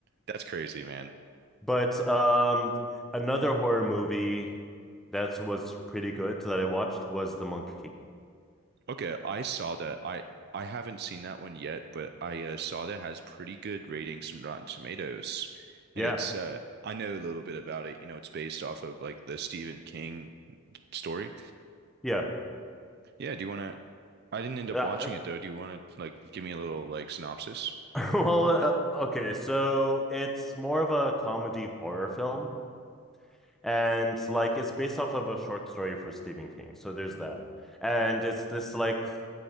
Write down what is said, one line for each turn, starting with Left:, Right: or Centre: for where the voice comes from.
Right: That's crazy, man.
Centre: But um, another horror movie that was pretty good that I watched was The Monkey.
Right: Okay, I saw that. I I haven't seen that one yet, but I uh, saw that has pretty good ratings on Rotten Tomatoes.
Centre: Yeah,
Right: And it's uh I know a little bit about it. You know, it's based off of like the Stephen King story.
Centre: yeah.
Right: Yeah, do you want to I didn't end up
Centre: Uh,
Right: watching it though. Do you want to like give me a little like synopsis?
Centre: <laughs> well, uh, okay, so it's more of a comedy horror film, and like it's based off of a short story for Stephen King. So there's that, and it's this like